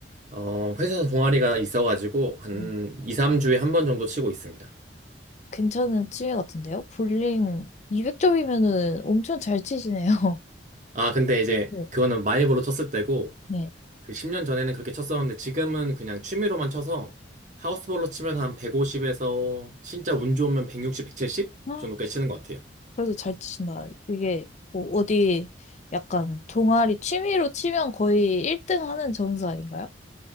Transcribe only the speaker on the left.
음,
괜찮은 취미 같은데요? 볼링 200점이면은 엄청 잘 치시네요. <laughs>
네
네.
네.
그래도 잘 치신다. 이게 뭐 어디 약간 동아리 취미로 치면 거의 1등 하는 점수 아닌가요?